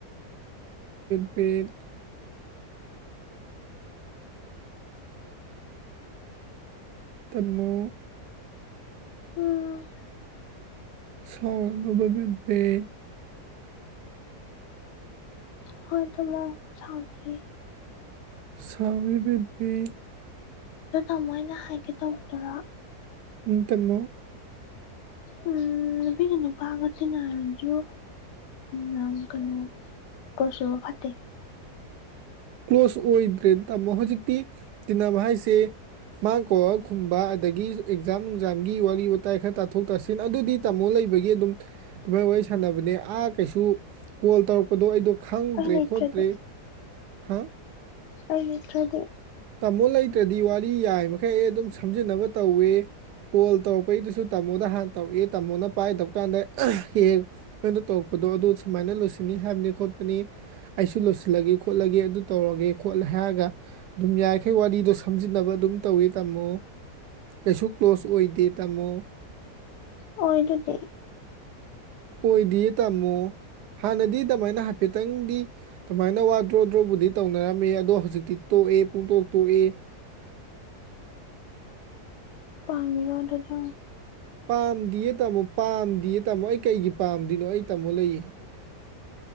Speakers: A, on the right; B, on the left.
A: ꯄꯤꯠ ꯇꯥꯃꯣ
B: ꯎꯝ
A: ꯁꯥꯎꯔꯕꯣ ꯕꯦꯕꯤ
B: ꯍꯣꯏ ꯇꯥꯃꯣ ꯁꯥꯎꯗꯤꯌꯦ
A: ꯁꯥꯎꯔꯦ ꯕꯦꯕꯤ
B: ꯑꯗꯨ ꯇꯥꯃꯣ ꯑꯩꯅꯥ ꯍꯥꯏꯒꯦ ꯇꯧꯕꯗꯨꯔꯣ
A: ꯎꯝ ꯇꯥꯃꯣ
B: ꯎ ꯅꯨꯄꯤꯒ ꯅꯨꯄꯥꯒ ꯇꯤꯟꯅꯔꯖꯨ ꯌꯥꯝ ꯀꯩꯅꯣ ꯄꯣꯁꯨꯕ ꯐꯠꯇꯦ
A: ꯀ꯭ꯂꯣꯁ ꯑꯣꯏ ꯇ꯭ꯔꯦꯟ ꯇꯝꯃꯣ ꯍꯧꯖꯤꯛꯇꯤ ꯇꯤꯟꯅꯕ ꯍꯥꯏꯁꯦ ꯃꯥ ꯀꯣꯛꯑ ꯈꯨꯝꯕ ꯑꯗꯒꯤ ꯑꯦꯛꯖꯥꯝ ꯅꯨꯡꯖꯥꯝꯒꯤ ꯋꯥꯔꯤ ꯋꯥꯇꯥꯏ ꯈꯔ ꯇꯥꯊꯣꯛ ꯇꯥꯁꯤꯟ ꯑꯗꯨꯗꯤ ꯇꯝꯃꯣ ꯂꯩꯕꯒꯤ ꯑꯗꯨꯝ ꯑꯗꯨꯃꯥꯏꯅ ꯋꯥꯔꯤ ꯁꯥꯟꯅꯕꯅꯦ ꯑꯥ ꯀꯩꯁꯨ ꯀꯣꯜ ꯇꯧꯔꯛꯄꯗꯣ ꯑꯩꯗꯣ ꯈꯪꯗ꯭ꯔꯦ
B: ꯑꯩ ꯂꯩꯇ꯭ꯔꯗꯤ
A: ꯈꯣꯠꯇ꯭ꯔꯦ ꯍꯥꯥ
B: ꯑꯩ ꯂꯩꯇ꯭ꯔꯗꯤ
A: ꯇꯥꯃꯣ ꯂꯩꯇ꯭ꯔꯗꯤ ꯋꯥꯔꯤ ꯌꯥꯏꯃꯩ ꯑꯗꯨꯝ ꯁꯝꯖꯤꯟꯅꯕ ꯇꯧꯋꯦ ꯀꯣꯜ ꯇꯧꯔꯛꯄꯩꯗꯨꯁꯨ ꯇꯥꯃꯣꯗ ꯍꯥꯟꯅ ꯇꯧꯔꯛꯑꯦ ꯇꯥꯃꯣꯅ ꯄꯥꯏꯗꯕ ꯀꯥꯟꯗ ꯍꯦꯛ ꯀꯩꯅꯣꯗ ꯇꯧꯔꯛꯄꯗꯣ ꯑꯗꯨ ꯁꯨꯃꯥꯏꯅ ꯂꯣꯏꯁꯤꯟꯅꯤ ꯍꯥꯏꯕꯅꯤ ꯈꯣꯠꯄꯅꯤ ꯑꯩꯁꯨ ꯂꯣꯏꯁꯤꯜꯂꯒꯦ ꯈꯣꯠꯂꯒꯦ ꯑꯗꯨ ꯇꯧꯔꯒꯦ ꯈꯣꯠꯂꯦ ꯍꯥꯏꯔꯒ ꯑꯗꯨꯝ ꯌꯥꯏꯈꯩ ꯋꯥꯔꯤꯗꯣ ꯁꯝꯖꯤꯟꯅꯕ ꯑꯗꯨꯝ ꯇꯧꯋꯤ ꯇꯥꯝꯃꯣ ꯀꯩꯁꯨ ꯀ꯭ꯂꯣꯁ ꯑꯣꯏꯗꯦ ꯇꯥꯃꯣ
B: ꯑꯣꯏ ꯑꯗꯨꯗꯤ
A: ꯑꯣꯏꯗꯤꯌꯦ ꯇꯥꯃꯣ ꯍꯥꯟꯅꯗꯤ ꯑꯗꯨꯃꯥꯏꯅ ꯍꯥꯏꯐꯦꯠꯇꯪꯗꯤ ꯑꯗꯨꯃꯥꯏꯅ ꯋꯥ ꯗ꯭ꯔꯣ ꯗ꯭ꯔꯣꯕꯨꯗꯤ ꯇꯧꯅꯔꯝꯃꯦ ꯑꯗꯣ ꯍꯧꯖꯤꯛꯇꯤ ꯇꯣꯛꯑꯦ ꯄꯨꯡꯇꯣꯛ ꯇꯣꯛꯑꯦ
B: ꯄꯥꯝꯃꯤꯔꯣ ꯑꯗꯨꯗꯣ
A: ꯄꯥꯝꯗꯤꯌꯦ ꯇꯥꯃꯣ ꯄꯥꯝꯗꯤꯌꯦ ꯇꯥꯃꯣ ꯑꯩ ꯀꯩꯒꯤ ꯄꯥꯝꯗꯅꯣ ꯑꯩ ꯇꯥꯝꯃꯣ ꯂꯩꯌꯦ